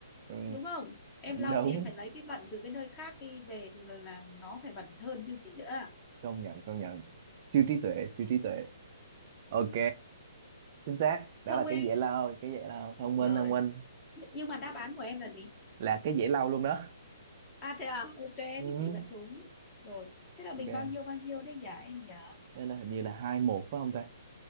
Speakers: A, on the right; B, on the left.
A: ừ.
B: đúng không? Em lau
A: đúng
B: thì em phải lấy cái bẩn từ cái nơi khác đi về thì là, là nó phải bẩn hơn chứ gì nữa.
A: công nhận công nhận siêu trí tuệ siêu trí tuệ ok chính xác đó
B: Thông
A: là
B: minh.
A: cái dễ lau cái dễ lau thông
B: Rồi.
A: minh thông minh
B: Nh- Nhưng mà đáp án của em là gì?
A: là cái dễ lau luôn đó
B: À thế à, ok
A: ừ.
B: thì chị vẫn đúng. Rồi. Thế là
A: ok
B: mình bao nhiêu
A: <clears throat>
B: bao nhiêu đấy nhỉ em nhỉ?
A: đây là hình như là hai một phải không ta